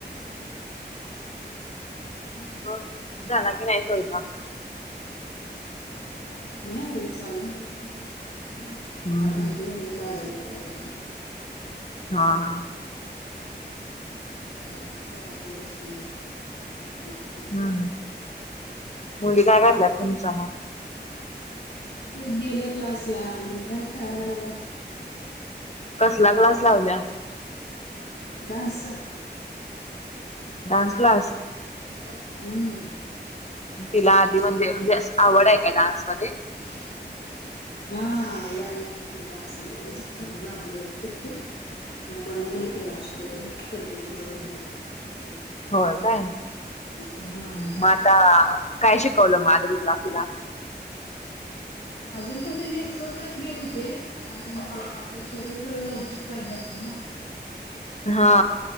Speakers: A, on the left (about 70°); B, on the left (about 40°).
A: <inaudible> <unintelligible>
B: मं झाला की नाही सोयपाक?
A: नाही अजून चालू हाय.
B: हम्म
A: भात आमटी
B: हम्म
A: झालीये, भाजी आता करणार.
B: हा हा
A: भाजी, चपाती, भाकरी. <unintelligible>
B: हम्म मुली काय करल्यात तुमच्या मग
A: एक गेल्या क्लासला एक आहे खेळायला लागल्या. <inaudible>
B: कसला क्लास? लावल्या
A: डान्सचा.
B: Dance class.
A: हम्म.
B: तिला आधी म्हणजे म्हणजे असं आवड आहे का डान्समध्ये?
A: <inaudible> हा आवड आहे, डान्स क्लासला घातलं होतं सुट्टीत. मं बंद नाही केला, असू दे कंटिन्यू कर म्हटलं. <inaudible>
B: होय काय,
A: हा
B: मं आता काय शिकवलं <unintelligible> तिला
A: अजून तर ते एक्सरसाईज घेत होते. कारण असं शरीर जरा लवचिक पाहिजे असते ना.
B: हा.